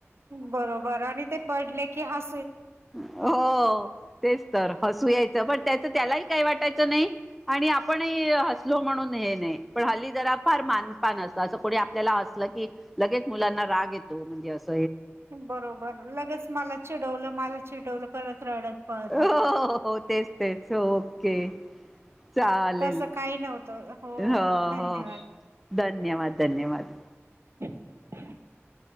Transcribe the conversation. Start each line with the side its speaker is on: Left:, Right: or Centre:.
Right: बरोबर आणि ते पडले की, हस
Centre: हो तेच तर हसू याय पण त्याचं त्यालाही काही वाटायचं नाही आणि आपणही हसलो म्हणून हे नाही. पण हल्ली जरा फार मानपान असत असं कोणी आपल्याला असलं की लगेच मुलांना राग येतो म्हणजे अस.
Right: बरोबर लगेच मला चिडवलं मला चिडवलं करत रडत पळता
Centre: हो, हो तेच, तेच ओके. चालेल
Right: तसं काही नव्हतं
Centre: <inaudible>
Right: हो
Centre: ह
Right: धन्यवाद
Centre: हो. धन्यवाद, धन्यवाद.
Right: <inaudible>